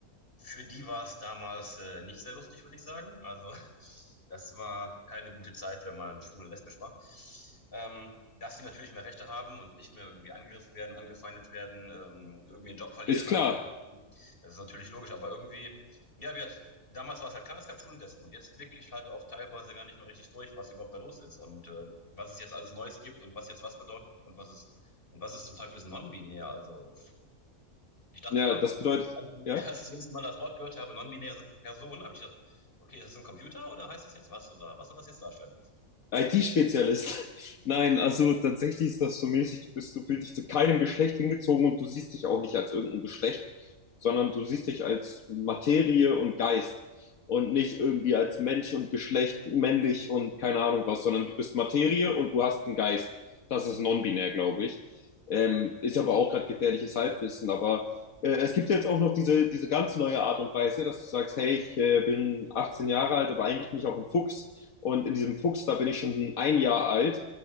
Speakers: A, on the left; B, on the left.
A: Für die war es damals äh, nicht sehr lustig, würde ich sagen. Also <laughs> das war keine gute Zeit, wenn man schwul und lesbisch war. Ähm, dass sie natürlich mehr Rechte haben und nicht mehr irgendwie angegriffen werden, angefeindet werden, ähm, irgendwie einen Job verlieren,
B: Ist klar.
A: einfach. Das ist natürlich logisch, aber irgendwie, ja, wir, damals war es halt klar, es gab Schultesten und jetzt blicke ich halt auch teilweise gar nicht mehr richtig durch, was überhaupt da los ist und äh, was es jetzt alles Neues gibt und was jetzt was bedeutet und was ist und was ist zum Teil für das Non-Binär. Also ich dachte
B: Ja,
A: immer,
B: das bedeutet,
A: als ich
B: ja.
A: <laughs> zuerst mal das Wort gehört habe, non-binäre Person, habe ich gedacht, okay, ist das ein Computer oder heißt das jetzt was oder was soll das jetzt darstellen?
B: IT-Spezialist. <laughs> Nein, also tatsächlich ist das so mäßig, du bist, du fühlst dich zu keinem Geschlecht hingezogen und du siehst dich auch nicht als irgendein Geschlecht, sondern du siehst dich als Materie und Geist und nicht irgendwie als Mensch und Geschlecht, männlich und keine Ahnung was, sondern du bist Materie und du hast einen Geist. Das ist non-binär, glaube ich. Ähm, ist aber auch gerade gefährliches Halbwissen, aber äh, es gibt ja jetzt auch noch diese, diese ganz neue Art und Weise, dass du sagst, hey, ich äh, bin 18 Jahre alt, aber eigentlich bin ich auch ein Fuchs. Und in diesem Fuchs, da bin ich schon ein Jahr alt.